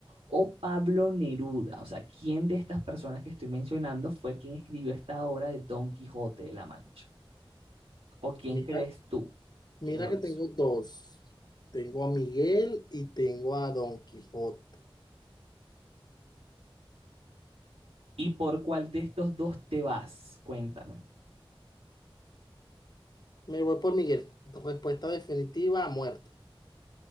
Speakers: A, on the right (about 80°); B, on the left (about 45°).
A: o Pablo Neruda. O sea, ¿quién de estas personas que estoy mencionando fue quien escribió esta obra de Don Quijote de la Mancha? ¿O quién
B: Mira,
A: crees tú
B: mira
A: que lo
B: que
A: hizo?
B: tengo dos. Tengo a Miguel y tengo a Don Quijote.
A: ¿Y por cuál de estos dos te vas? Cuéntame.
B: Me voy por Miguel. Respuesta definitiva, muerta.